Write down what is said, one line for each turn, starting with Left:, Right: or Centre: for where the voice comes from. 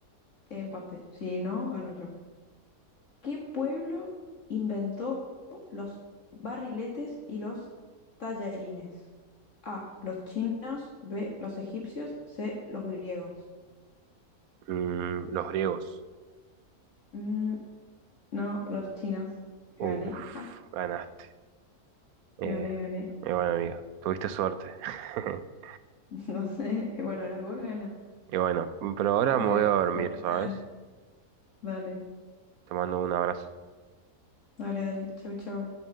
Left: empate. Si no, gano yo. ¿Qué pueblo inventó los barriletes y los tallarines? A, los chinos, B, los egipcios, C, los griegos.
Right: Mm, los griegos.
Left: Mm, no, los chinos. Gané,
Right: Uf,
Left: ja,
Right: ganaste. Eh,
Left: gané, gané.
Right: y bueno, amiga, tuviste suerte. <laughs>
Left: <laughs> No sé, bueno, era gol, gana.
Right: Y bueno, pero ahora
Left: Fue
Right: me voy a dormir,
Left: correcta,
Right: ¿sabes?
Left: gana. Dale,
Right: Te mando un abrazo.
Left: dale, dale. Chau, chau.